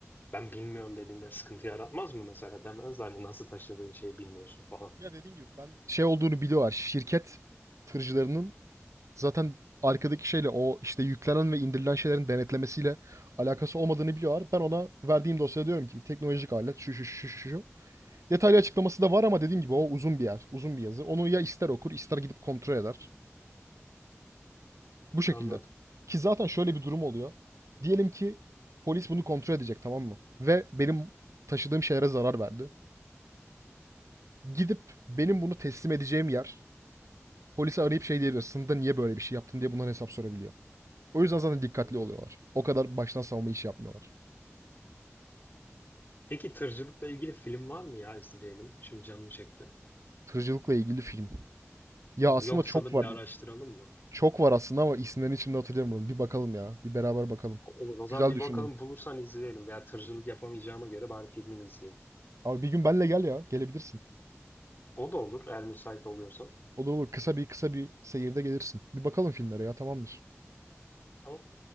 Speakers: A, on the left; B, on the right.
A: ben bilmiyorum dediğinde sıkıntı yaratmaz mı mesela demezler mi nasıl taşıdığın şeyi bilmiyorsun falan.
B: Ya dediğim gibi ben şey olduğunu biliyorlar. Şirket tırcılarının zaten arkadaki şeyle o işte yüklenen ve indirilen şeylerin denetlemesiyle alakası olmadığını biliyorlar. Ben ona verdiğim dosyada diyorum ki teknolojik alet şu şu şu şu şu. Detaylı açıklaması da var ama dediğim gibi o uzun bir yer, uzun bir yazı. Onu ya ister okur, ister gidip kontrol eder. Bu şekilde.
A: Anladım,
B: Ki zaten şöyle bir durum oluyor. Diyelim ki polis bunu kontrol edecek tamam mı? Ve benim taşıdığım şeylere zarar verdi. Gidip benim bunu teslim edeceğim yer polise arayıp şey diyebilir. Sınıfta niye böyle bir şey yaptın diye bunların hesap sorabiliyor. O yüzden zaten dikkatli
A: anladım.
B: oluyorlar. O kadar baştan savunma işi yapmıyorlar.
A: Peki tırcılıkla ilgili film var mı ya izleyelim? Şimdi canım çekti.
B: Tırcılıkla ilgili film. Ya aslında
A: Yoksa
B: çok
A: da
B: var.
A: bir araştıralım mı?
B: Çok var aslında ama isimlerini şimdi hatırlayamadım. Bir bakalım ya. Bir beraber bakalım.
A: Olur. O zaman
B: Güzel
A: bir
B: düşündün.
A: bakalım bulursan izleyelim. Ya tırcılık yapamayacağıma göre bari filmini izleyeyim.
B: Abi bir gün benle gel ya. Gelebilirsin.
A: O da olur eğer müsait oluyorsan.
B: Olur olur. Kısa bir kısa bir seyirde gelirsin. Bir bakalım filmlere ya tamamdır.
A: Tamam.